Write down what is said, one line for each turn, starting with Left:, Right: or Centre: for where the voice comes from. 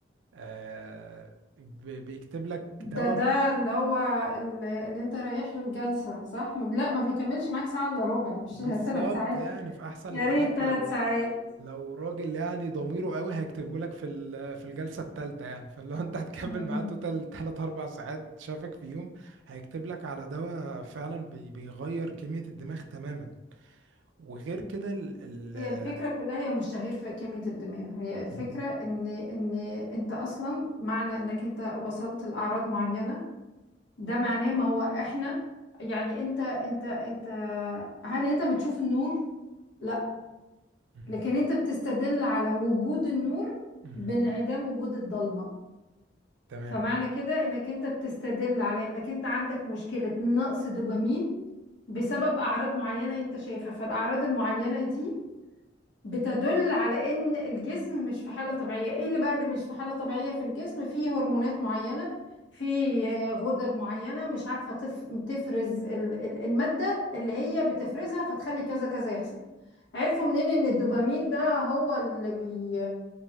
Right: آه بي- بيكتب لك
Left: ده
Right: دواء
Left: ده اللي هو ال- اللي انت رايح له الجلسة صح؟ ما- لا ما بيكملش معاك ساعة الا ربع مش
Right: بالظبط
Left: <laughs> ثلاث ساعات
Right: يعني في احسن
Left: يا
Right: الحالات
Left: ريت ثلاث
Right: لو
Left: ساعات
Right: لو راجل يعني ضميره قوي هيكتبه لك في ال- في الجلسه الثالثه يعني <laughs> فلو انت هتكمل
Left: مم.
Right: معاه توتال 3 4 ساعات شافك في يوم هيكتب لك على دواء فعلا بي- بيغير كميه الدماغ تماما وغير كده ال ال
Left: هي الفكرة كلها هي مش تغيير في كمية الدماغ هي الفكرة
Right: مهم.
Left: ان ان انت اصلا معنى انك انت وصلت لأعراض معينة ده معناه ما هو احنا يعني انت انت انت هل انت بتشوف النور؟ لا
Right: مهم.
Left: لكن انت بتستدل على وجود النور
Right: مهم.
Left: بانعدام وجود الضلمة
Right: تمام
Left: فمعنى كده انك انت بتستدل على انك انت عندك مشكلة نقص دوبامين بسبب اعراض معينة انت شايفها فالاعراض المعينة دي بتدل على ان الجسم مش في حالة طبيعية ايه اللي بقى اللي مش في حالة طبيعية في الجسم فيه هرمونات معينة في غدد معينة مش عارفة تف... تفرز ال... ال- المادة اللي هي بتفرزها فتخلي كذا كذا يحصل عرفوا منين ان الدوبامين ده هو اللي بي